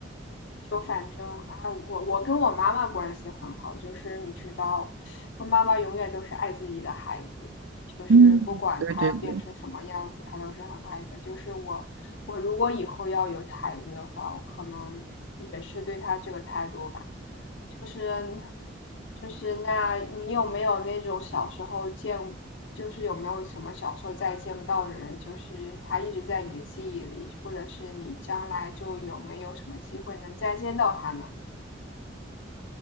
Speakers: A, on the left; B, on the right.
A: 就反正，哎，我我跟我妈妈关系很好，就是你知道，我妈妈永远都是爱自己的孩子，就是不管他变成什么样子，
B: 嗯，对对对，
A: 他都是很爱的。就是我，我如果以后要有孩子的话，我可能也是对他这个态度吧。就是，就是，那你有没有那种小时候见，就是有没有什么小时候再见不到的人，就是他一直在你的记忆里，或者是你将来就有没有什么机会能再见到他呢？